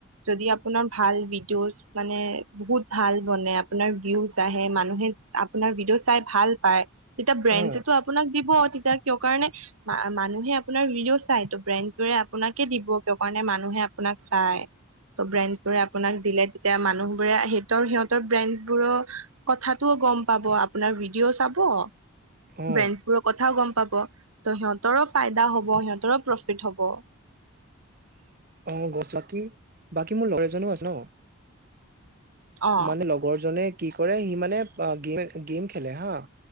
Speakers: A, on the right (about 85°); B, on the right (about 45°).
A: যদি আপোনাৰ ভাল মানে বহুত ভাল বনে আপোনাৰ ভিউজ আহে মানুহে আপোনাৰ ভিডিঅ' চাই ভাল পায় তেতিয়া ব্ৰেঞ্চেটো
B: অ
A: আপোনাক দিব তেতিয়া কিয় কাৰণে মানুহে আপোনাৰ ভিডিঅ' চাই ত ব্ৰে <unintelligible> দৰে আপোনাকে দিব কিয় কাৰণে মানুহে আপোনাক চাই। ত' ব্ৰেণ্ডছ বোৰে আপোনাক দিলে তেতিয়া মানুহবোৰে সিহতৰ সিহঁতৰ ব্ৰেণ্ডছ বোৰৰ কথাটো গম পাব আপোনাৰ ভিডিঅ' চাব ব্ৰেঞ্চবোৰৰ
B: অ
A: কথাও গম পাব ত' সিহঁতৰো ফাইদা হ'ব সিহঁতৰো প্ৰফিট হ'ব
B: অ গছাকি বাকী মোৰ লৰা এজনো আছে ন
A: অ
B: মানে লগৰজনে কি কৰে সি মানে গেম গেম খেলে হা।